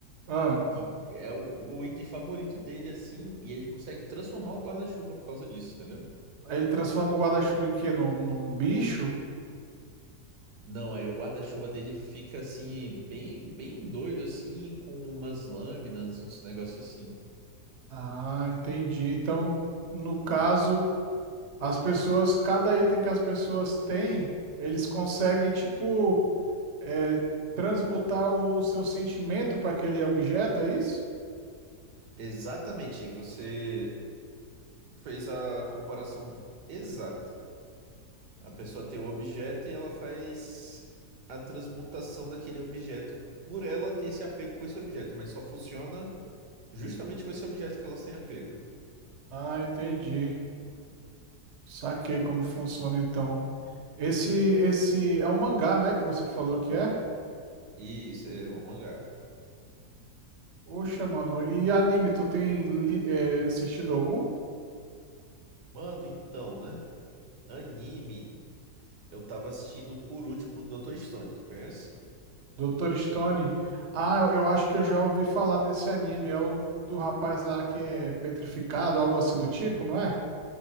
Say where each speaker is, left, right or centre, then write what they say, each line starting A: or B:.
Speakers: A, on the right (about 45°); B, on the right (about 85°).
A: ah.
B: e é o, o item favorito dele, assim, e ele consegue transformar o guarda-chuva por causa disso, entendeu?
A: Aí ele transforma o guarda-chuva em quê? Num, num bicho?
B: Não, aí o guarda-chuva dele fica assim, bem, bem doido, assim, com umas lâminas, uns negócios assim.
A: Ah, entendi. Então, no caso, as pessoas, cada item que as pessoas têm, eles conseguem, tipo, é, transmutar o, o seu sentimento para aquele objeto, é isso?
B: Exatamente, você fez a comparação exata. A pessoa tem o objeto e ela faz a transmutação daquele objeto por ela ter esse apego com esse objeto, mas só funciona justamente com esse objeto que elas têm apego.
A: Ah, entendi. Saquei como funciona então. Esse, esse é um mangá, né, que você falou que é?
B: Isso, é um mangá.
A: Oxa, mano. E anime, tu tem li- é, assistido algum?
B: Mano, então, né? Anime, eu tava assistindo por último o Dr. Stone, conhece?
A: Doutor Stone. Ah, eu eu acho que eu já ouvi falar desse anime. É o do rapaz lá que é petrificado, algo assim do tipo, não é?